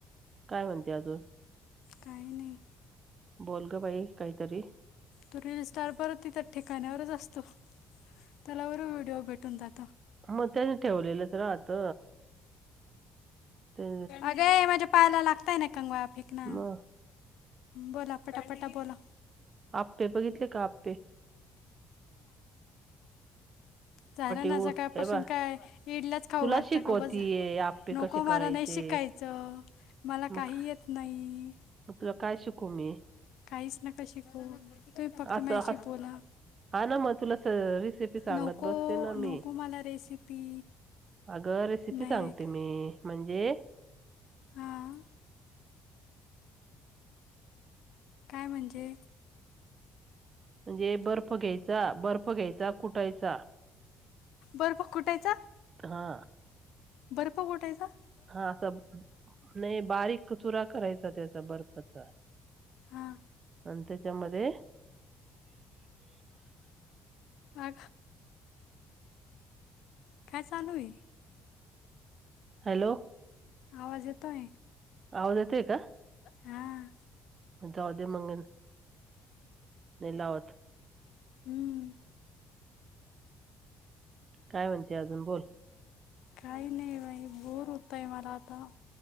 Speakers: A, on the right; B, on the left.
A: काय म्हणते अजून
B: काही नाही
A: बोल ग बाई काहीतरी
B: तो रील स्टार परत तथ ठिकाण्यावरच असतो त्यालावर व्हिडिओ भेटून जातो
A: मग त्यानी ठेवलेलंच राहत ते
B: अगे म्हणजे पाहायला लागतय ना कंगवा फेक ना
A: ह
B: बोला पटापटा बोला
A: आपपे बघितले का आपपे
B: झाार ना
A: उळ
B: सकाळपासून
A: हे बा
B: काय इडलाच खाऊ
A: तुला
B: घारता
A: शिकवतीये
B: का बस
A: आप्पे
B: नको
A: कसे
B: मारा
A: करायचे
B: नाही शिकायचं मला
A: मग
B: काही येत नाही
A: मग तुला काय शिकू मी
B: काहीच न क शिक तु फक्त
A: असं
B: मशी
A: हस
B: बोला
A: हा ना मग तुला स रेसिपी सांगत
B: नको
A: बसते ना मी
B: नको मला रेसिपी
A: अगं रेसिपी
B: नाही
A: सांगते
B: ऐक
A: मी म्हणजे
B: हां काय म्हणजे
A: म्हणजे बर्फ घ्यायचा बर्फ घ्यायचा कुटायचा
B: बरं प कुठायचा
A: हा
B: बरप गोटायता
A: हा असं नाही बारीक चुरा करायचा त्याचा बर्फचा
B: हां
A: आणि त्याच्यामध्ये
B: अ काय चालू आहे
A: हॅलो
B: आवाज येतोय
A: आवाज येतेय का
B: हां
A: म्ह जावद मगन नाही लावत
B: हम्म
A: काय म्हणते अजून बोल
B: काही नाही बाई बोर होतय मला आता